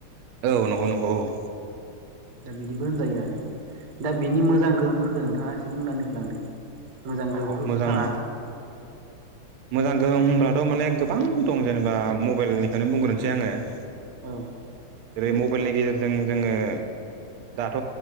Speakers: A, on the right; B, on the right.
A: औ नंगौ नंगौ औ
B: दा बिदिबो होनजायो आरो दा बिनि मोजां गोहोमफोरखौ नोंथाङा एसे बुंनानै होलांदो मोजां
A: औ
B: गोहोमफोरबोथ'
A: औ मोजां
B: थानो हागौ
A: मोजां गोहोम होनब्लाथ' माने गोबां दं जेनेबा मबाइलनिखौनो
B: उम
A: बुंग्रोनोसै आङो जेरै
B: औ दे
A: मबाइलनि गेजेरजों जोङो दाथ'